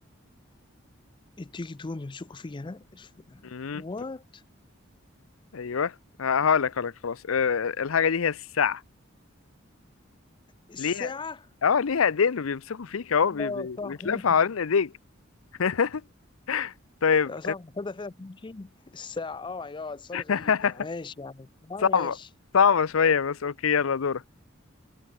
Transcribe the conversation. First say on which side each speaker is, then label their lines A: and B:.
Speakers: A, on the left (about 25°); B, on the left (about 80°).
A: التيك دوم يمسكوا فيا أنا
B: مم.
A: وات
B: ايوه ه- هقولك هقولك خلاص آه، الحاجه دي هي الساعه
A: الساعة
B: ليها اه ليها ايدين وبيمسكوا فيك اهو
A: اه
B: بي... بي...
A: صح
B: بيتلف
A: ممكن.
B: حوالين ايديك <laughs> طيب
A: صح تصدق فعلا تمشي الساعة اه ماي جاد سؤال
B: <laughs>
A: غريب ده ماشي يعني آه،
B: صعبه
A: ماشي
B: صعبه شويه بس اوكي يلا دورك